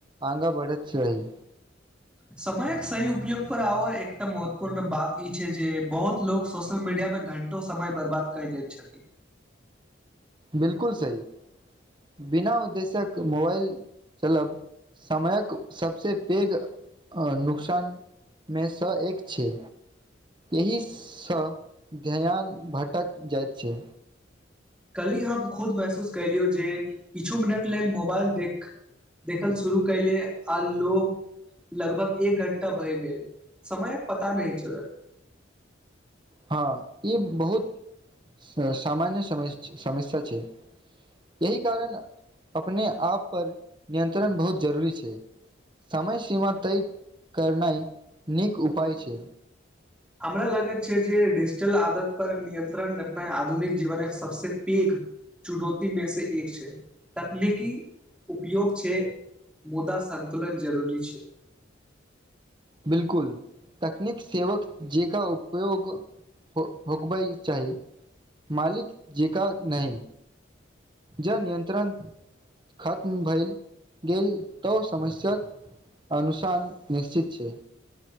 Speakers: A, on the right (about 25°); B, in the centre.
A: अगाँ बढ़ैत रहि
B: समयक सही उपयोग पर आओर एकटा महत्वपूर्ण बात ई छै जे बहुत लोक सोशल मीडिया मे घंटो समय बर्बाद कै दैत छथि
A: बिलकुल सही बिना उद्देश्यक मोबाइल चलब समयक सबसँ पैघ नुकसान मे सँ एक छै एहिसँ ध्यान भटक जाइत छै
B: कल्हि हम खुद महसूस केलियौ जे किछु मिनट लेल मोबाइल देख देखल शुरू कैले आ लो लगभग एक घण्टा भए गेल समयक पता नहि चलल
A: हँ ई बहुत सामान्य समस्या छै एहि कारण अपने आप पर नियंत्रण बहुत जरूरी छै समय सीमा तय करनाइ नीक उपाय छै
B: हमरा लागैत छै जे डिजिटल आदत पर नियंत्रण रखनाइ आधुनिक जीवनक सबसे पैघ चुनौती मे से एक छै तकनीकी उपयोग छै मुदा संतुलन जरूरी छै
A: बिलकुल तकनीक सेहोक जे का उपयोग होकबई चाही मालिक जेका नहि ज नियंत्रण खत्म भैल गेल तऽ समस्याक अनुसार निश्चित छै